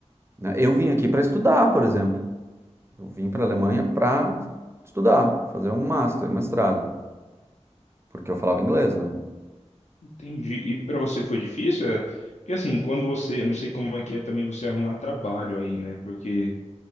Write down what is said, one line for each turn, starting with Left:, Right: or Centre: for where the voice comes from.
Right: né, eu vim aqui para estudar, por exemplo. Eu vim para a Alemanha para estudar, fazer um master, mestrado, porque eu falava inglês, né?
Left: Entendi. E para você foi difícil? É? Porque assim, quando você, eu não sei como é que é também você arrumar trabalho aí, né? Porque